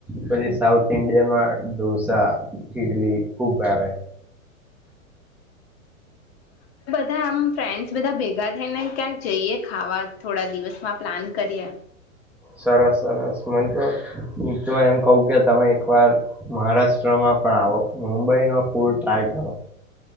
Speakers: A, in the centre; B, on the left (about 45°).
A: પછી સાઉથ ઇન્ડિયનમાં ઢોસા ઈડલી ખુબ ભાવે.
B: બા આમ ફ્રેન્ડસ બધા ભેગા થઈ ને ક્યાંક જઈએ ખાવા થોડા દિવસમાં પ્લાન કરીએ.
A: સરસ સરસ મને તો હું તો એમ કહું કે તમે એકવાર મહારાષ્ટ્રમાં પણ આવો મુંબઈ નો ફૂડ ટ્રાય કરો.